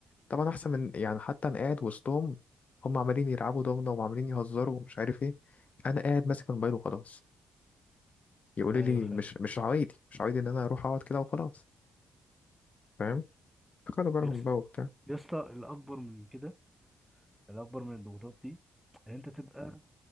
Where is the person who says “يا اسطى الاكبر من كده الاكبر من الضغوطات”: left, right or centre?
Centre